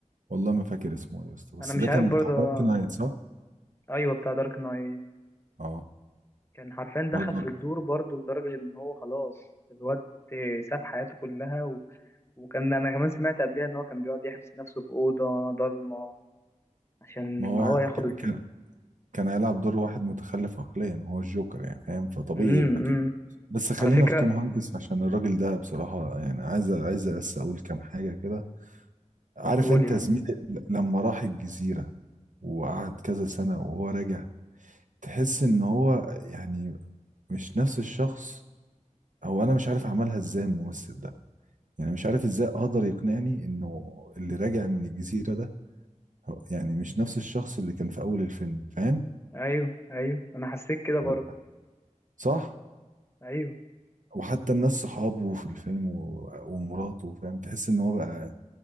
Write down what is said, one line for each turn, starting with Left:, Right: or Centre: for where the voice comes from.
Right: والله ما فاكر اسمه يا اسطى بس
Left: انا مش
Right: ده
Left: عارف
Right: كان
Left: برضه
Right: بتاع
Left: آه،
Right: دارك نايت صح؟
Left: ايوه بتاع دارك نايت
Right: اه
Left: كان حرفيا
Right: برضه
Left: دخل في الدور برضه لدرجة إن هو خلاص الواد ساب حياته كلها و... وكان أنا كمان سمعت قبلها إن هو كان بيقعد يحبس نفسه في أوضة ضلمة عشان
Right: ما هو
Left: هو ياخد
Right: ك-
Left: الد...
Right: كان كان هيلعب دور واحد متخلف عقليا هو الجوكر يعني فاهم فطبيعي
Left: امم
Right: يبقى
Left: إمم.
Right: كده بس خلينا
Left: على فكرة
Right: في توم هانكس عشان الراجل ده بصراحة يعني عايز عايز بس أقول كام حاجة كده عارف
Left: قول
Right: انت
Left: يا
Right: يا
Left: عم
Right: زميلي لما راح الجزيرة وقعد كذا سنة وهو راجع تحس ان هو يعني مش نفس الشخص هو انا مش عارف اعملها ازاي الممثل ده يعني مش عارف ازاي اقدر يقنعني انه اللي راجع من الجزيرة ده هو- يعني مش نفس الشخص اللي كان في اول الفيلم فاهم
Left: أيوه أيوه أنا حسيت كده برضه
Right: والله صح
Left: أيوه
Right: وحتى الناس صحابه في الفيلم و- ومراته فاهم تحس ان هو بقى